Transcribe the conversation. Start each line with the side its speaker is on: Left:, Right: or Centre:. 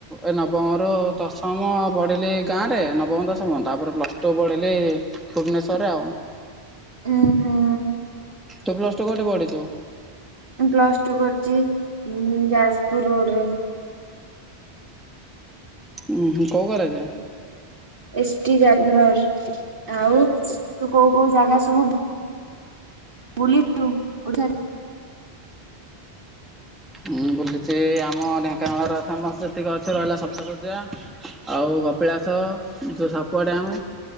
Centre: ଏ ନବମରୁ ଦଶମ ପଢ଼ିଲି ଗାଁରେ ନବମ ଦଶମ ତାପରେ ପ୍ଲସ୍ ଟୁ ପଢିଲି ଭୁବନେଶ୍ଵରରେ ଆଉ।
Right: ଉୁଁ- ହୁଁ।
Centre: ତୁ ପ୍ଲସ୍ ଟୁ କଉଠେ ପଢିଚୁ?
Right: ମୁଁ ପ୍ଲସ ଟୁ କରିଛି ଉଁ ଯାଜପୁର ରୋଡରେ।
Centre: ଉଁ ହୁଁ କୋଉ କଲେଜ?
Right: <inaudible> ଏସ୍ ଟି ଜାଭିୟର ଆଉ ତୁ କୋଉ କୋଉ ଜାଗା ସବୁ ବୁଲିଚୁ ଓଡ଼ିଶା ରେ।
Centre: ମୁଁ ବୁଲିଛି ଆମ ଢେଙ୍କାନାଳର ଫେମସ୍ ଯେତିକ ଅଛି ରହିଲା ସପ୍ତସଯ୍ୟା। ଆଉ କପିଳାସ ଯୋଉ ସାପୁଆ ଡ୍ୟାମ।